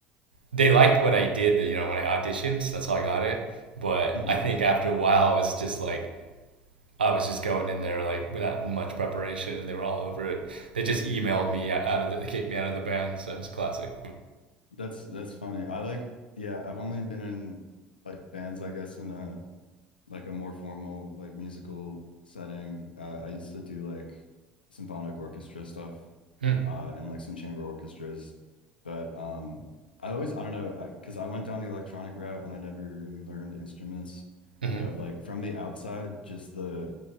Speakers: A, on the right; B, on the left.
A: they liked what I did, you know, when I auditioned. So that's how I got it. But
B: hmm
A: I think after a while, it's just like I was just going in there like without much preparation, and they were all over it. They just emailed me out of the, they kicked me out of the band. So it's a classic.
B: That's that's funny. I like yeah, I've only been in like bands, I guess, in a like a more formal like musical setting. Uh, I used to do like symphonic orchestra stuff
A: Mm.
B: uh, and like some chamber orchestras, but um, I always I don't know I because I went down the electronic route and I never really learned instruments,
A: hmm mm-hmm.
B: but like from the outside, just the